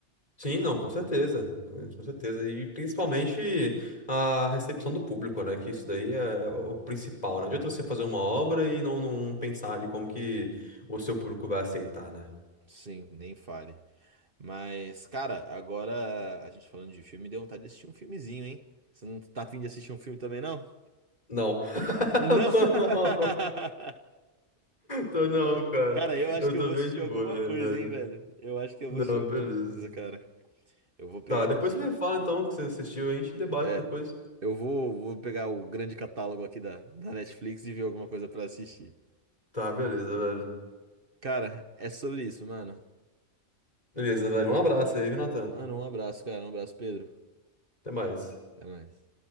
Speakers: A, on the left; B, on the right.
A: Sim, não, com certeza. Com certeza. E principalmente a recepção do público, né? Que isso daí é é o principal, né? Não adianta você fazer uma obra e não, não pensar ali como que o seu público vai aceitar, né?
B: Sim, nem fale. Mas, cara, agora a gente falando de filme, deu vontade de assistir um filmezinho, hein? Você não tá afim de assistir um filme também, não?
A: Não, <laughs>
B: Não!
A: não tô,
B: <laughs>
A: não. Tô não, cara.
B: Cara, eu acho
A: Eu
B: que
A: tô
B: eu vou
A: bem
B: assistir
A: de boa,
B: alguma
A: na realidade.
B: coisa, hein, velho? Eu acho que eu
A: Não,
B: vou assistir alguma
A: beleza.
B: coisa, cara. Eu vou pegar
A: Tá, depois
B: pra assistir.
A: você me fala então o que você assistiu, a gente debate
B: É,
A: depois.
B: eu vou, vou pegar o grande catálogo aqui da, da Netflix e ver alguma coisa pra assistir.
A: Tá, beleza, velho.
B: Cara, é sobre isso, mano.
A: Beleza, velho. Um abraço aí, viu, Natan?
B: Mano, um abraço, cara. Um abraço, Pedro.
A: Até mais.
B: Até mais.